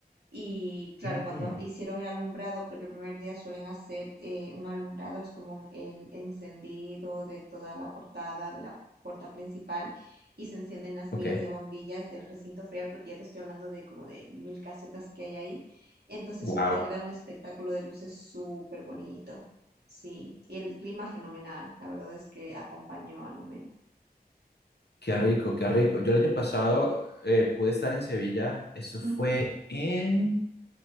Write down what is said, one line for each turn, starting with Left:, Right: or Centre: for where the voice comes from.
Right: Y claro,
Left: Mm,
Right: cuando hicieron el alumbrado, porque el primer día suelen hacer eh, un alumbrado, es como el encendido de toda la portada, de la puerta principal, y se encienden las
Left: ok.
Right: miles de bombillas del recinto ferial, porque ya te estoy hablando de como de mil casetas que hay ahí. Entonces
Left: Wow.
Right: cre- se crea un espectáculo de luces súper bonito. Sí, y el clima fenomenal, la verdad es que acompañó al momento.
Left: Qué rico, qué rico. Yo el año pasado eh, pude estar en Sevilla, eso
Right: Ujú,
Left: fue en,